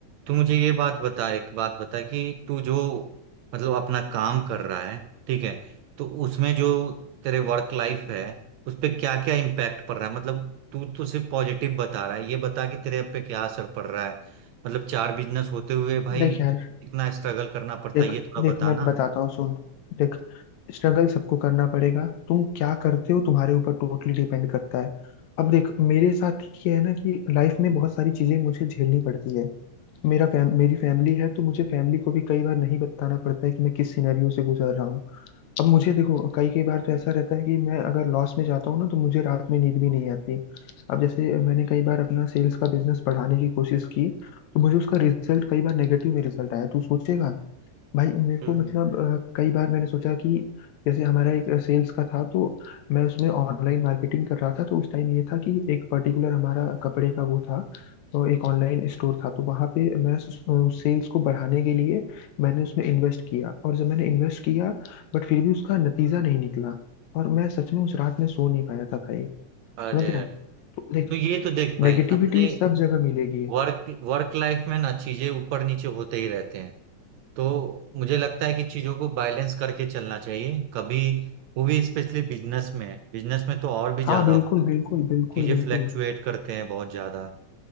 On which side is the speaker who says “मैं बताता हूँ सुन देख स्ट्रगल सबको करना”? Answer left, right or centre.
Left